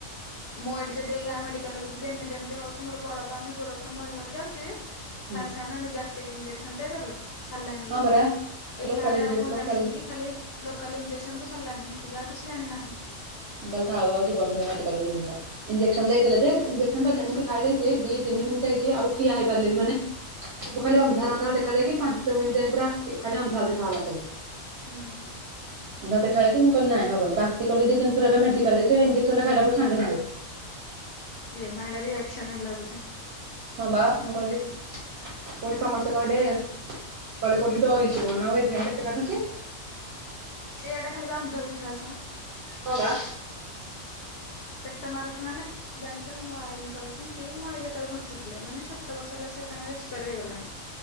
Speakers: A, on the left; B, on the right.
A: ମୁଁ ଏଠି ଯଦି ଆଜ୍ଞା ମେଡିକାଲ କୁ ଯିବି ଏମିତି ଏମିତି ହଉଛି ମୋ ବଳ ପାଉନି ଗୋଡ ଫୋଡ ମରି ମରି ଯାଉଛି
B: ହୁଁ
A: ସାଙ୍ଗେ ସାଙ୍ଗେ ନଉ ନଉ ଗ୍ୟାଷ୍ଟ୍ରିକ ଇଞ୍ଜେକ୍ସନ ଦେଇ ଦେବେ ସାଲାଇନ
B: ହଁ
A: ଲଗେଇଦେବେ
B: ପରା
A: ଏଇ
B: ଲୋକାଲ
A: ଗାଁ ରେ
B: ଇଞ୍ଜେସ
A: ଆଉ କଣ
B: ଲୋକାଲ
A: ଜାଣିଛନ୍ତି କି ଖାଲି ଲୋକାଲ ଇଞ୍ଜେକ୍ସନ୍‌ କୁ ସାଲାଇନ୍‌ ହେତିକି ଆଉ କିଛି ଜାଣିନାହାନ୍ତି।
B: ମୁଁ କହିଲି ଥାଉ ଆଉ ଜୀବନ <unintelligible> କାଡିବାକୁ ଯିବିନି ଯା। ଇଞ୍ଜେକ୍ସନ୍‌ ଦେଇ ଦେଲେ ଯେ ଇଞ୍ଜେକ୍ <unintelligible> କେମିତି ଖାଇ ଦେଇଛି ଦି ତିିିନି ମିନିଟ୍ ଯାଇଛି। ଆଉ ଠିଆ ହେଇପାରିଲିନି। ମାନେ ସବୁ ଖାଲି ଅନ୍ଧାର ଅନ୍ଧାର ଦେଖାଯାଇକି ପାଞ୍ଚ ମିନିଟ୍ ଯାଏ ପୁରା ଆଖି ଖାଲି ଅନ୍ଧାର ଦେଖା ଗଲା ସବୁ।
A: ହୁଁ।
B: ମୁ ତା ଦେଖାହେଇକି ମୁଁ କହିଲି ନାଇ ହେବନି ବାନ୍ତି କଲି ଦି, ତିିନି ଥର ଏକା ମଡିକାଲରେ ସେ ଇଞ୍ଜେକ୍ସନ଼ ଟା ଖାଇଲା ପରେ ସାଙ୍ଗେ ସାଙ୍ଗେ।
A: ଏ ମାହାଡାରି ଏକ୍ସନ ହେଲା ବୋଧେ।
B: ହଁ ବା ମୁଁ କହିଲି ପୁଣି ସମସ୍ତେ କହିଲେ, କହିଲେ କୋଉଠି ଡରିଛୁ କଣ ଏଥି ପାଇଁ ପେଟ କାଟୁଛି।
A: ଏଇଆଟା ଖାଲି ବାଣ୍ଡ ବିଶ୍ୱାସ।
B: ହଁ ବା।
A: ପେଟ ମାରୁଛି ମାନେ ଜାଣିଛ ମୋ ଆଈଙ୍କର ସେମିତି ମୋ ଆଈ ଯେତେବେଳେ ବଞ୍ଚିଥିଲେ ମାନେ ସାତ ବର୍ଷ ହେଲା ସେ ତାଙ୍କର ଏକ୍ସପାୟାର ହେଇଗଲାଣି।